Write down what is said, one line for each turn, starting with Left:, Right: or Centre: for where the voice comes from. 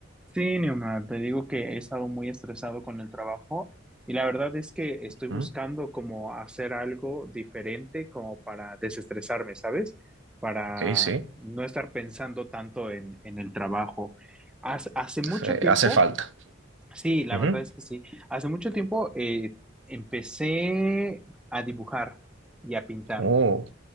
Centre: Sí, Neomar, te digo que he estado muy estresado con el trabajo y la verdad es que estoy buscando
Right: Mm,
Centre: como hacer algo diferente como para desestresarme, ¿sabes? Para
Right: Ok, sí.
Centre: no estar pensando tanto en, en el trabajo. Hace, hace mucho
Right: Eh,
Centre: tiempo,
Right: hace falta.
Centre: sí, la
Right: Ujú.
Centre: verdad es que sí, hace mucho tiempo eh, empecé a dibujar y a pintar.
Right: Oh,